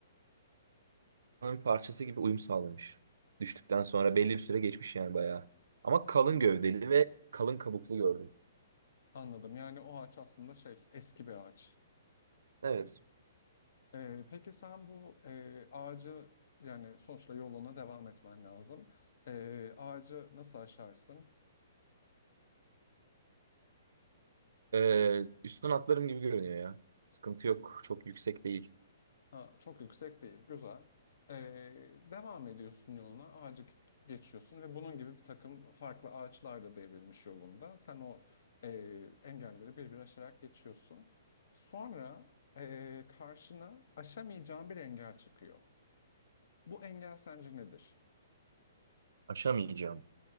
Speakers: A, on the right (about 80°); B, on the left (about 55°).
A: bir parçası gibi uyum sağlamış. Düştükten sonra belli bir süre geçmiş yani bayağı. Ama kalın
B: Hmm.
A: gövdeli ve kalın kabuklu gördüm.
B: Anladım. Yani o ağaç aslında şey eski bir ağaç.
A: Evet.
B: Ee, peki sen bu e, ağacı yani sonuçta yoluna devam etmen lazım. Ee, ağacı nasıl aşarsın?
A: Ee, üstten atlarım gibi görünüyor ya. Sıkıntı yok. Çok yüksek değil.
B: Ha, çok yüksek değil, güzel. Ee, devam ediyorsun yoluna, ağacı geçiyorsun ve bunun gibi bir takım farklı ağaçlar da devrilmiş yolunda. Sen o e, engelleri bir bir aşarak geçiyorsun. Sonra e, karşına aşamayacağın bir engel çıkıyor. Bu engel sence nedir?
A: Aşamayacağım.